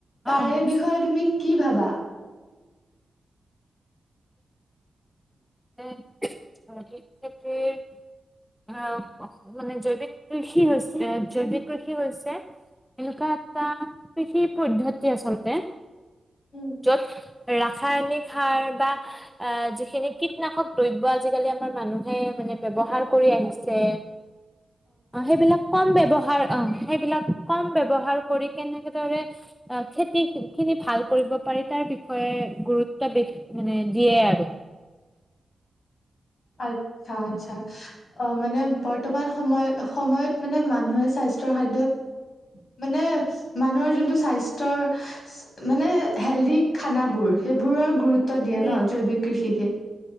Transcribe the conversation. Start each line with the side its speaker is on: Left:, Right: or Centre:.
Centre: অ
Left: তাৰে
Centre: বুজিছো
Left: বিষয়ে তুমি কি ভাবা? <inaudible>
Centre: <unintelligible> অ মানে জৈৱিক কৃষি হৈছে জৈৱিক কৃষি হৈছে এনেকুৱা এটা কৃষি পদ্ধতি আচলতে
Left: উম,
Centre: য'ত ৰাসায়নিক সাৰ বা অ যি খিনি কীটনাশক দ্ৰব্য আজিকালি আমাৰ মানুহে মানে ব্যৱহাৰ কৰি আহিছে
Left: <unintelligible>
Centre: অ সেইবিলাক কম ব্যয়ৱহাৰ অ সেইবিলাক কম ব্যয়ৱহাৰ কৰি কেনেকেদৰে অ খেতি খিনি ভাল কৰিব পাৰি তাৰ বিষয়ে গুৰুত্ব দি মানে দিয়ে আৰু
Left: আচ্ছা আচ্ছা অ মানে বৰ্তমান সময় সময়ত মানে মানুহে স্বাস্থ্যৰ খাদ্য মানে মানুহৰ যোনটো স্বাস্থ্যৰ মানে হেলডি খানাবোৰ সেইবোৰৰ গুৰুত্ব দিয়ে
Centre: উম
Left: ন জৈৱিক কৃষিকে